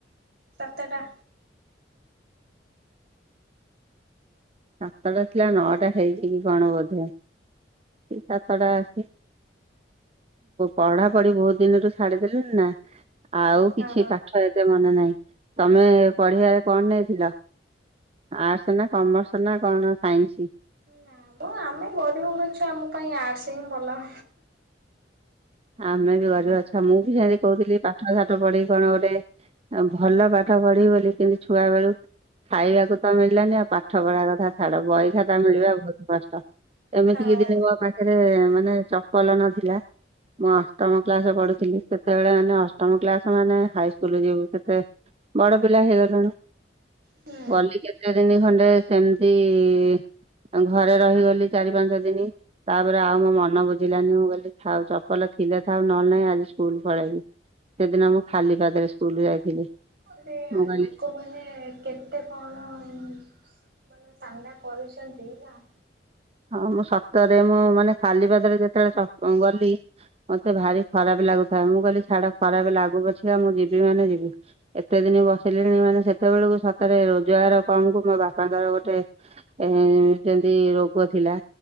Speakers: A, on the right; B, on the right.
A: ସାତଟା।
B: ସାତଟା ଥିଲା, ନଅଟା ହେଇଛି କି କଣ ବଧେ! କି ସାତଟା ଅଛି। ପଢାପଢି ବହୁତ ଦିନରୁ ଛାଡିଦେଲିଣି ନା। ଆଉ, କିଛି
A: ହଁ
B: ପାଠ ଏତେ ମନେ ନାହିଁ। ତମେ ପଢିବା ରେ କଣ ନେଇଥିଲ? ଆର୍ଟସ ନା କମର୍ସ ନା କଣ ସାଇନ୍ସି?
A: ନାମ ଆମେ ଗରିବ ଘର ଛୁଆ। ଆମ ପାଇଁ ଆର୍ଟସ ହିଁ ଭଲ।
B: ଆମେ ବି ଗରିବ ଛୁଆ, ମୁଁ ବି ସେମିତି କହୁଥିଲି ପାଠସାଠ୍ ଠ ପଢିକି କଣ ଗୋଟେ, ଭଲ ପାଠ ପଢି ବୋଲି, କିନ୍ତୁ ଛୁଆ ବେଳୁ ଖାଇବାକୁ ତ ମିଳିଲାନି ଆଉ। ପାଠପଢା କଥା ଛାଡ, ବହି ଖାତା ମିଳିବା ବହୁତ କଷ୍ଟ। ଏମିତି
A: ହଁ
B: କିି ଦିନେ ମୋ ପାଖରେ, ମାନେ ଚପଲ ନଥିଲା। ମୁଁ ଅଷ୍ଟମ କ୍ଲାସ୍ ପଢୁଥିଲି। ସେତେବେଳେ ମାନେ ଅଷ୍ଟମ କ୍ସାସ ମାନେ ହାଇସୁଲ ଯିବୁ କେତେ ବଡ ପିଲା ହେଇଗଲଣି
A: ହୁଁ
B: ଗଲି କେତେ ଦିନି ଖଣ୍ଡେ, ସେମିତି-ଇ ଘରେ ରହିଗଲି ଚାରି ପାଞ୍ଚ ଦିନି, ତା'ପରେ ଆଉ ମୋ ମନ ବୁଝିଲାନି। ମୁଁ କହିଲି ଥାଉ ଚ ପଲ ଥିଲେ ଥାଉ ନହେଲେ ନାହିଁ। ଆଜି ସ୍କୁଲ ପଳେଇବି। ସେଦିନ ମୁଁ, ଖାଲି ପାଦରେ ସ୍କୁଲ ଯାଇଥିଲି।
A: ଏବେ
B: ମୁଁ
A: ଲୋକମାନେ
B: କହିଲି
A: କେତ୍ କେତେ କଣ-ଅ ମାନେ ସାମ୍ନା କରୁଛନ୍ତି, ନା।
B: ହଁ, ମୁଁ ସତରେ, ମୁଁ ମାନେ ଖାଲି ପାଦରେ ଯେତେବେଳେ ଗଲି ମତେ ଭାରି ଖରାପ ଲାଗୁଥାଏ, ମୁଁ କହିଲି ଛାଡ ଖରାପ ଲାଗୁ ପଛିକା ମୁଁ ଯିବି ମାନେ ଯିବି। ଏତେ ଦିନ ବସିଲିଣି, ମାନେ ସେତେବେଳକୁ ସତରେ ରୋଜଗାର କମ୍ କୁ ମୋ ବାପାଙ୍କର ଗୋଟେ ଏ ଯେଁତି ରୋଗ ଥିଲା।